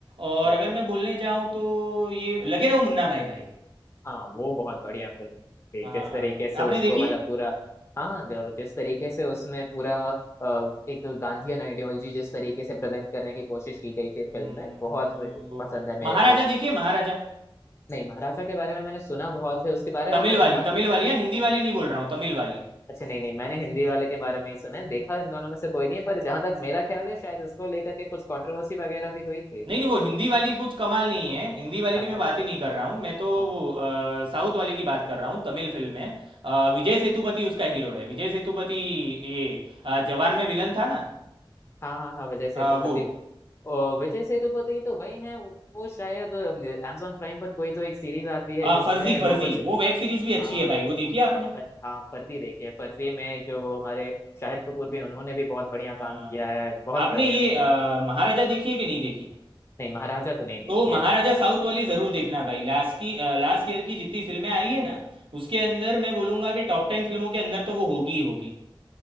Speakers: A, on the right; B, on the left.
A: और
B: बिल्कुल
A: अगर मैं बोलने जाऊँ तो ये लगे रहो मुन्ना भाई भाई
B: हाँ वो बहुत बढ़िया फिल्म थी
A: हाँ
B: जिस तरीके से
A: आपने
B: उसको
A: देखी
B: मतलब
A: है
B: पूरा हाँ जो- जिस तरीके से उसमें पूरा अ, एक गांधीयन आइडियोलॉजी जिस तरीके से प्रेजेंट करने की कोशिश की गई थी
A: हम्म,
B: फिल्म में बहुत
A: तो
B: पसंद है मेरे
A: महाराजा
B: को
A: देखिए महाराजा
B: नहीं महाराजा के बारे में मैंने सुना बहुत है उसके बारे
A: तमिल
B: में मैं-
A: वाली
B: जहाँ
A: तमिल वाली है हिंदी वाली नहीं बोल रहा हूँ तमिल वाली
B: अच्छा नहीं नहीं मैंने हिंदी वाले के बारे में ही सुना है देखा इन दोनों में से कोई नहीं है पर जहां तक मेरा ख्याल है शायद उसको लेकर के कुछ कंट्रोवर्सी वगैरह भी हुई थी
A: नहीं नहीं वो हिंदी वाली कुछ कमाल नहीं है हिंदी वाली की
B: अच्छा
A: मैं बात
B: अच्छा
A: ही नहीं कर रहा हूँ मैं तो
B: ओहो
A: वो अ, साउथ वाले की बात कर रहा हूँ तमिल फिल्म है अ, विजय सेतुपति उसका हीरो है विजय सेतुपति ये अ, जवान में विलन था ना
B: हाँ हाँ हाँ विजय सेतुपति
A: अ, वो
B: ओ, विजय सेतुपति तो वही हैं वो, वो शायद अमेजोन प्राइम पर कोई तो एक सीरीज आती है
A: हाँ
B: जिसमें
A: फर्जी फर्जी
B: वो कुछ
A: वो वेब सीरीज भी अच्छी
B: हाँ
A: है भाई वो देखी
B: हाँ
A: है
B: हाँ
A: आपने
B: पर, हाँ फर्जी देखिए फर्जी में जो हमारे शाहिद कपूर भी उन्होंने भी बहुत बढ़िया
A: हाँ
B: काम किया
A: हाँ
B: है बहुत
A: आपने
B: बढ़िया
A: ये
B: था
A: अ, महाराजा देखी है कि नहीं देखी
B: नहीं महाराजा तो नहीं देखी
A: तो महाराजा
B: है मैंने तो।
A: साउथ वाली जरूर देखना भाई लास्ट की लास्ट ईयर की जितनी फिल्में आई है ना उसके अंदर मैं बोलूंगा कि टॉप टेन फिल्मों के अंदर तो वो होगी ही होगी